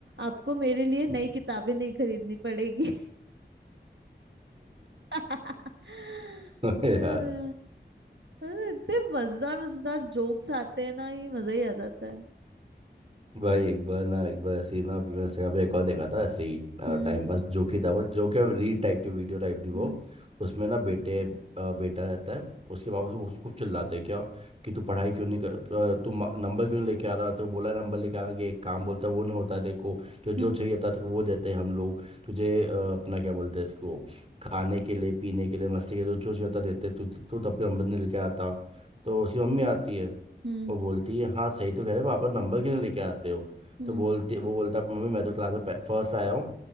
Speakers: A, on the right; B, on the right.
A: आपको मेरे लिए नई
B: हम्म।
A: किताबें नहीं खरीदनी पड़ेगी <laughs>
B: <laughs> अबे
A: अरे
B: यार
A: अरे, इतने मजेदार मजेदार जोक्स आते हैं ना ये मजा ही आ जाता है
B: भाई एक बार ना एक बार ऐसे ही ना अभी मैं इंस्टाग्राम पे एक और देखा था ऐसे ही
A: हम्म
B: टाइम पास जोक ही था वो जो क्या रील टाइप की वीडियो टाइप थी वो
A: हम्म
B: उसमें ना बेटे अ, बेटा रहता है उसके पापा उसको बहुत खूब चिल्लाते हैं क्या कि तू पढ़ाई क्यों नहीं कर अ, तू मा- नंबर क्यों नहीं लेके आ रहा तो बोला नंबर लेके आना कि एक काम बोलता है वो नहीं होता है देखो जो जो
A: हम्म
B: चाहिए था तो वो देते हैं हम लोग तुझे अ, अपना क्या बोलते हैं इसको खाने के लिए पीने के लिए मस्ती के लिए जो जो चाहिए होता देते तू तू तब भी नंबर नहीं लेके आता तो उसकी मम्मी आती है
A: हम्म
B: वो बोलती है हाँ सही तो कह रहे हो, पापा नंबर क्यों नहीं लेके आते हो
A: हम्म,
B: तो बोलती वो बोलता है मम्मी मैं तो क्लास में फर्स्ट आया हूँ